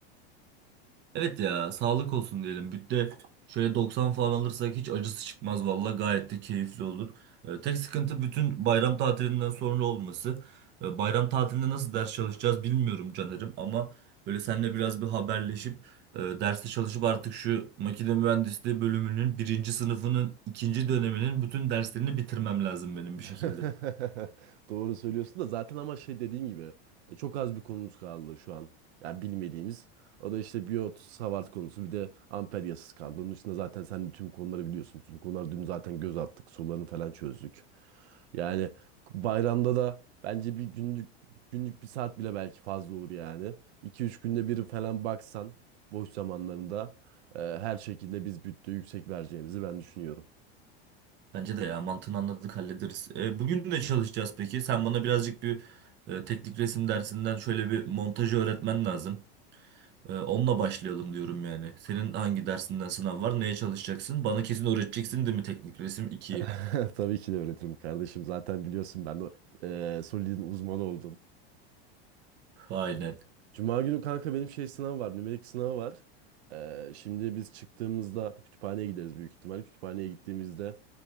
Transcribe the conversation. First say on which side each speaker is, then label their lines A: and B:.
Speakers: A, on the right; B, on the right.
A: Evet ya sağlık olsun diyelim. Bütte şöyle 90 falan alırsak hiç acısı çıkmaz valla gayet de keyifli olur. Ee, tek sıkıntı bütün bayram tatilinden sonra olması. Ee, bayram tatilinde nasıl ders çalışacağız bilmiyorum Caner'im ama böyle seninle biraz bir haberleşip e, derste çalışıp artık şu makine mühendisliği bölümünün birinci sınıfının ikinci döneminin bütün derslerini bitirmem lazım benim
B: <laughs>
A: bir şekilde.
B: Doğru söylüyorsun da zaten ama şey dediğim gibi e, çok az bir konumuz kaldı şu an. Yani bilmediğimiz. O da işte biyot, Savart konusu bir de amper yasası kaldı. Onun için zaten sen de tüm konuları biliyorsun. Tüm konuları dün zaten göz attık. Sorularını falan çözdük. Yani bayramda da bence bir günlük günlük bir saat bile belki fazla olur yani. iki üç günde bir falan baksan boş zamanlarında e, her şekilde biz bütte yüksek vereceğimizi ben düşünüyorum.
A: Bence de ya mantığını anladık hallederiz. E, bugün ne çalışacağız peki? Sen bana birazcık bir e, teknik resim dersinden şöyle bir montajı öğretmen lazım. E, onunla başlayalım diyorum yani. Senin hangi dersinden sınav var? Neye çalışacaksın? Bana kesin öğreteceksin değil mi teknik resim 2'yi?
B: <laughs> Tabii ki de öğretirim kardeşim. Zaten biliyorsun ben de e, Solid'in uzmanı oldum.
A: Aynen.
B: Cuma günü kanka benim şey sınav var. Nümerik sınavı var. Ee, şimdi biz çıktığımızda kütüphaneye gideriz büyük ihtimal. Kütüphaneye gittiğimizde